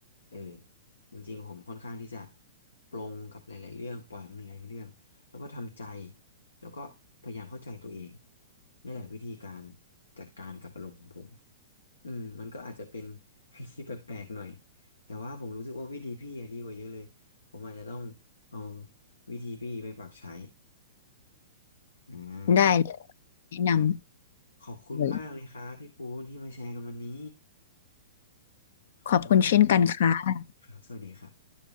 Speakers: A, on the left; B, on the left.
A: เออจริงๆผมค่อนข้างที่จะปลงกับหลายๆเรื่องปล่อยมันหลายๆเรื่องแล้วก็ทำใจแล้วก็พยายามเข้าใจตัวเองนี่แหละวิธีการจัดการกับอารมณ์ของผม อืมมันก็อาจจะเป็น <laughs> วิธีแปลกๆหน่อยแต่ว่าผมรู้สึกว่าวิธีพี่อะดีกว่าเยอะเลยผมอาจจะต้องเอาวิธีพี่ไปปรับใช้อ่า
B: ได้เลยแนะน
A: ครับขอบคุณมากเลยครับพี่ปูนที่มาแชร์กันวันนี้
B: ำเลย
A: ขอบคุณมากเลยครับ
B: ขอบคุณเช่นกันค่ะ
A: ครับสวัสดีครับ